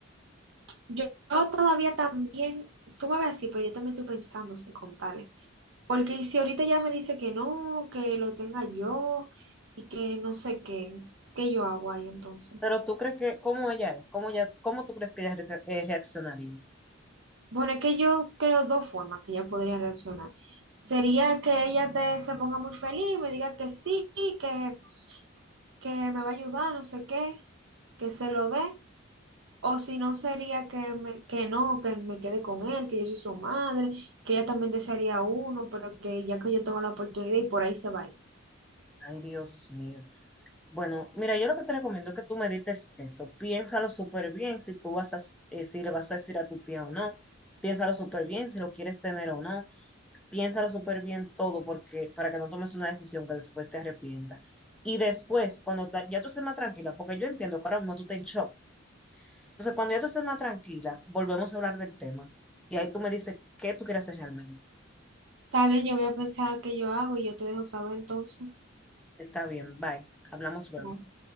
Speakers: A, on the right; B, in the centre.
A: Yo, yo todavía también, tú me ves así, pero yo también estoy pensando si contarle. Porque si ahorita ya me dice que no, que lo tenga yo y que no sé qué, ¿qué yo hago ahí entonces?
B: Pero tú crees que, ¿cómo ella es? ¿Cómo, ella, cómo tú crees que ella rece- eh, reaccionaría?
A: Bueno, es que yo creo dos formas que ella podría reaccionar. Sería que ella te, se ponga muy feliz, me diga que sí, que que me va a ayudar, no sé qué, que se lo dé. O si no sería que, me, que no, que me quede con él, que yo soy su madre, que ella también desearía uno, pero que ya que yo tengo la oportunidad y por ahí se va a ir.
B: Ay, Dios mío. Bueno, mira, yo lo que te recomiendo es que tú medites eso. Piénsalo súper bien si tú vas a, eh, si le vas a decir a tu tía o no. Piénsalo súper bien si lo quieres tener o no piénsalo súper bien todo porque, para que no tomes una decisión que después te arrepienta. Y después, cuando ta- ya tú estés más tranquila, porque yo entiendo que ahora mismo tú estás en shock. Entonces, cuando ya tú estés más tranquila, volvemos a hablar del tema. Y ahí tú me dices qué tú quieres hacer realmente.
A: Está bien, yo voy a pensar qué yo hago y yo te dejo saber entonces.
B: Está bien, bye. Hablamos luego.
A: Bueno.